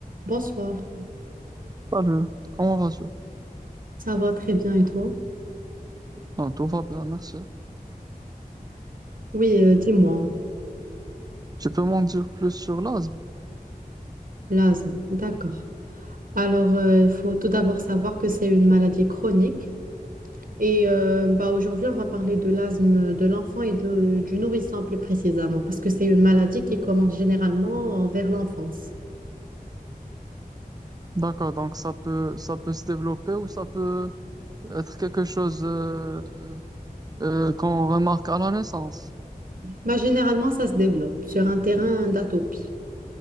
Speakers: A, on the right; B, on the right.
A: Bonsoir,
B: Salut, comment vas-tu?
A: ça va très bien et toi?
B: Non, tout va bien, merci.
A: Oui, euh, dis-moi,
B: Tu peux m'en dire plus sur l'asthme?
A: l'asthme, d'accord. Alors, il faut tout d'abord savoir que c'est une maladie chronique et euh, bah, aujourd'hui, on va parler de l'asthme de l'enfant et de- du nourrisson plus précisément parce que c'est une maladie qui commence généralement vers l'enfance.
B: D'accord, donc ça peut, ça peut se développer ou ça peut être quelque chose euh, euh, euh, qu'on remarque à la naissance.
A: Bah, généralement, ça se développe sur un terrain d'atopie.